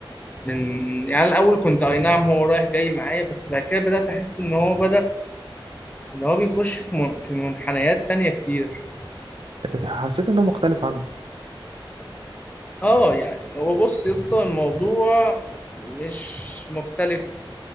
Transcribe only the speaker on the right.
حسيت انه مختلف عنه